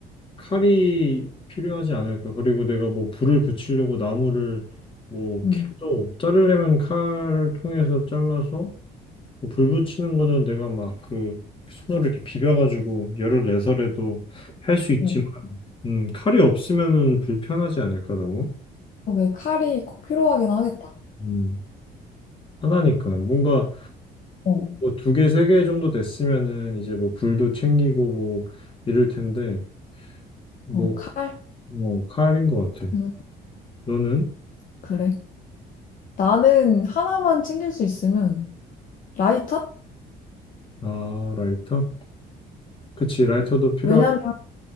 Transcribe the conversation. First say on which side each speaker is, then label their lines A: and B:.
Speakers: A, on the left; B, on the left.
A: 칼이 필요하지 않을까. 그리고 내가 뭐 불을 붙이려고 나무를 뭐
B: 응.
A: 캡도 자르려면 칼을 통해서 잘라서 뭐불 붙이는 거는 내가 막 그 손으로 이렇게 비벼가지고 열을 내서라도 할 수 있지만
B: 어.
A: 음, 칼이 없으면은 불편하지 않을까 너무.
B: 어, 왜 칼이 꼭 필요하긴 하겠다.
A: 음, 하나니까 뭔가
B: 어.
A: 뭐 두 개, 세 개 정도 됐으면은 이제 뭐 불도 챙기고 뭐 이럴 텐데 뭐,
B: 어, 칼?
A: 뭐 칼인 것 같아.
B: 음,
A: 너는?
B: 그래. 나는 하나만 챙길 수 있으면 라이터?
A: 아, 라이터? 그치, 라이터도 필요하.
B: 왜냐면